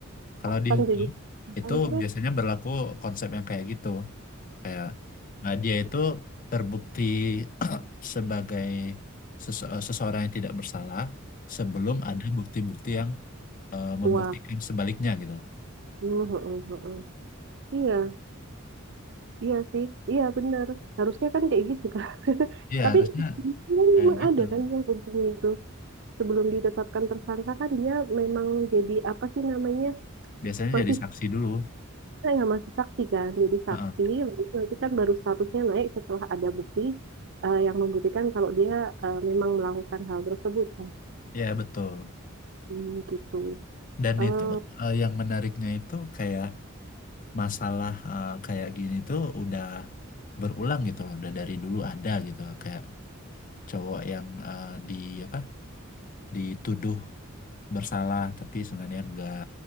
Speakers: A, on the left (about 40°); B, on the right (about 60°).
A: kalau di
B: kan
A: hukum
B: jadi tersangka
A: itu
B: itu kan
A: biasanya berlaku konsep yang kayak gitu. Kayak nah dia itu terbukti <clears throat> sebagai sese- seseorang yang tidak bersalah sebelum ada bukti-bukti yang eh,
B: <laughs> wah
A: membuktikan sebaliknya gitu loh.
B: <laughs> iya iya sih iya benar harusnya kan kayak gitu kan <laughs>
A: Iya,
B: tapi
A: harusnya
B: dia
A: kayak
B: memang
A: gitu.
B: ada kan ya fungsinya itu sebelum ditetapkan tersangka kan dia memang jadi apa sih namanya
A: Biasanya
B: masih
A: jadi saksi dulu.
B: kita yang masih saksi kan jadi saksi
A: Heeh.
B: lalu nanti kan baru statusnya naik setelah ada bukti eh, yang membuktikan kalau dia eh, memang melakukan hal tersebut kan
A: Iya, betul.
B: Hmm, gitu
A: Dan
B: eh
A: itu eh, yang menariknya itu kayak masalah eh, kayak gini tuh udah berulang gitu loh, udah dari dulu ada gitu kayak cowok yang eh, di apa dituduh bersalah tapi sebenarnya enggak.